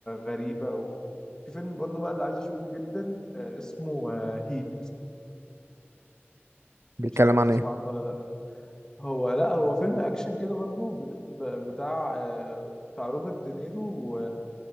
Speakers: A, on the left; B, on the right.
A: غريبه و... في فيلم برضو بقى اللي عايز اشوفه جدا آه، اسمه آه، هيت
B: بيتكلم
A: مش عارف
B: عن
A: تسمع
B: إيه؟
A: عنه ولا لا هو لا هو فيلم اكشن كده برضو ب... ب... بتاع آه، بتاع روبرت دينيرو